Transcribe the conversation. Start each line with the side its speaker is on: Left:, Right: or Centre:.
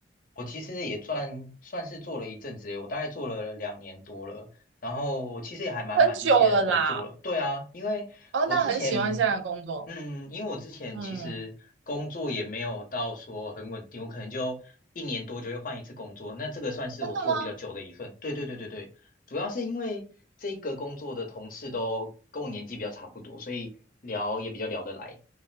Left: 我其实也算算是做了一阵子诶，我大概做了两年多了，然后我其实也还蛮满意现在的工作了。
Right: 很久了啦。
Left: 对啊，因为我之前，
Right: 哦，那很喜欢现在的工作。
Left: 嗯，因为我之前其实工作也没有到说很稳定，
Right: 嗯，
Left: 我可能就一年多就会换一次工作，那这个算是我做比较久的一份。
Right: 哦真的吗？
Left: 对对对对对，主要是因为这个工作的同事都跟我年纪比较差不多，所以聊也比较聊得来。